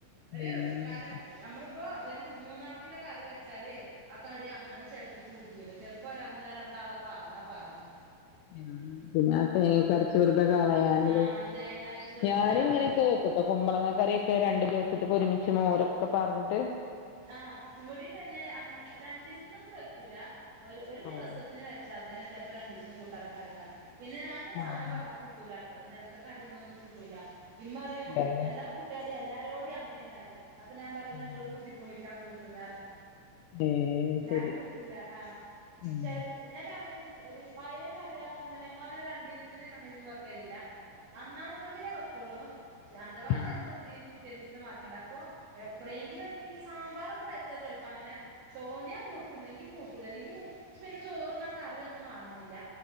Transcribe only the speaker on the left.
ഏഹ്
ഉ പിന്ന തേങ്ങ അരച്ച് വെറുതെ കളയാനല്
ഞാന്
ഇങ്ങനെയൊക്കെ വെക്കും ഇപ്പൊ കുമ്പളങ്ങ കറിയൊക്കെ രണ്ടു ദിവസത്തേക്ക ഒരുമിച്ച് മോരൊക്കെ പാ ർന്നിട്ട്
ആഹ്
ആഹ്
ഇല്ലാല്ലേ
ഉം
ഏഹ്
ശരി
ഉം
ആഹ്